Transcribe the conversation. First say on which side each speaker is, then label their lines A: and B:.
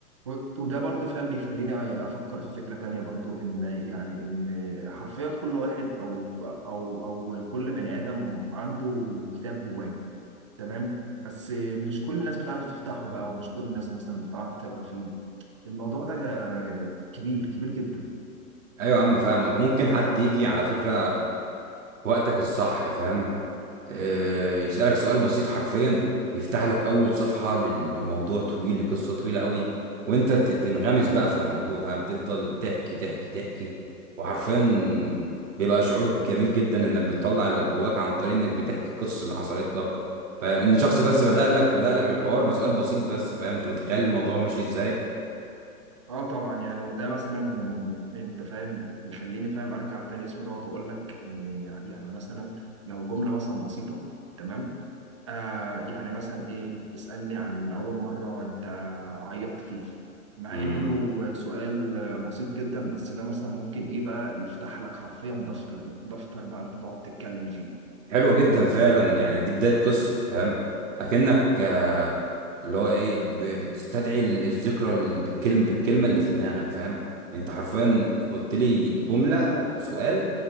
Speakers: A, on the right; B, on the right.
A: و- وده برضو فاهم بيخليني افكر في فكرة تانية برضو ان يعني ان حرفيا كل واحد او او او كل بني ادم عنده كتاب جواه تمام بس مش كل الناس بتعرف تفتحه بقى ومش كل الناس مثلا بتعرف تقرا فيه الموضوع ده كبير كبير جدا
B: ايوه يا عم فاهمك وممكن حد يجي على فكره في وقتك الصح فاهم آه، يسألك سؤال بسيط حرفيا يفتح لك أول صفحة لل- لموضوع طويل لقصة طويلة قوي وأنت ت- تنغمس بقى في الموضوع فاهم تفضل تحكي تحكي تحكي وحرفيا بيبقى شعور جميل جدا إنك بتطلع اللي جواك عن طريق إنك بتحكي القصص اللي حصلت لك فإن شخص بس
A: امم
B: بدأ لك بدأ لك الحوار بسؤال بسيط بس فاهم أنت متخيل الموضوع ماشي إزاي؟
A: اه طبعا يعني وده مثلا انت فاهم يخليني فاهم ارجع تاني اسمه دوت واقول لك ان يعني مثلا لو جمله مثلا بسيطه تمام آه يعني مثلا ايه اسألني عن اول مرة انت عيطت فيها مع
B: مم.
A: انه سؤال بسيط جدا بس ده مثلا ممكن ايه بقى يفتح لك حرفيا دفتر دفتر بقى انت تقعد تتكلم فيه
B: حلوة جدا فعلا يعني دي بداية قصة فاهم أكنك اللي هو ايه ب- بتستدعي ال- الذكرى ال- بالكلم بالكلمه اللي في دماغك فاهم انت حرفيا قلت لي جمله او سؤال